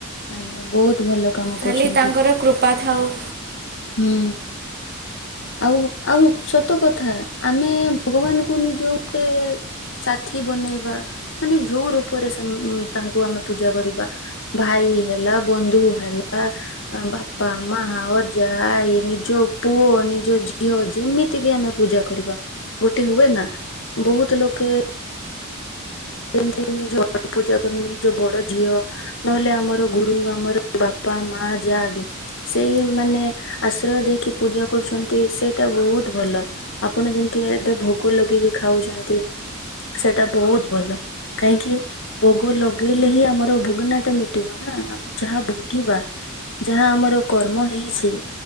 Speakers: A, on the left; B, on the right.
A: ଆଜ୍ଞା ବହୁତ ଭଲ। କାମ
B: ଖାଲି
A: କରୁଛନ୍ତି
B: ତାଙ୍କର କୃପା ଥାଉ
A: ହୁଁ। ଆଉ ଆଉ ସତ କଥା ଆମେ ଭଗବାନଙ୍କୁ ନିଜ ଗୋଟେ ସାଥି ବନେଇବା ମାନେ ଯୋଉ ରୂପରେ ସେ ତାଙ୍କୁ ଆମେ ପୂଜା କରିବା ଭାଇ ହେଲା ବନ୍ଧୁ ହେଲା ବାପା ମାଆ ଅଜା ଆଇ ନିଜ ପୁଅ ନିଜ ଝିଅ ଯେମିତି ବି ଆମେ ପୂଜା କରିବା ଗୋଟେ ହୁଏ ନା ବହୁତ ଲୋକେ ଯେମିତି ନିଜ ପୂଜା କରନ୍ତିନି ଯୋଉ ବଡ ଝିଅ ନହେଲେ ଆମର ଗୁରୁ ଆମର ବାପା ମା ଯାହା ବି ସେଇ ମାନେ ଆଶ୍ରୟ ଦେଇକି ପୂଜା କରୁଛନ୍ତି ସେଇଟା ବହୁତ ଭଲ ଆପଣ ଯେମିତି ଏବେ ଭୋଗ ଲଗେଇକି ଖାଉଛନ୍ତି ସେଇଟା ବହୁତ ଭଲ। କାହିଁକି ଭୋଗ ଲଗେଇଲେ ହିଁ ଆମର ଭୋଗନା ଟା ମିଟିବ ନା ଆମେ ଯାହା ଭୋଗିବା ଯାହା ଆମର କର୍ମ ହେଇଛି